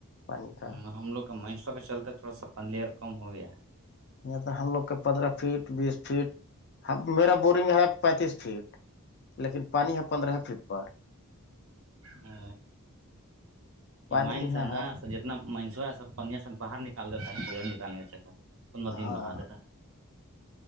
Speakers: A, on the left; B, on the right.
A: پانی کا
B: ہ ہم لوگ کا مہسور پہ چلتے تھوڑا سا پنلیر کم ہو گیا ہے
A: یہ تو ہم لوگ کے پندرہ فٹ بیس فٹ میرا بورنگ ہے پینتیس فٹ لیکن پانی ہے پندرہ فٹ پر
B: او
A: پانی
B: یہ مائنس
A: یہاں ہے
B: نا سج اتنا منسو ہے سب پن س باہر نکال دیتا ہے نکال ندی
A: ہاں
B: میں بہا د رہتاا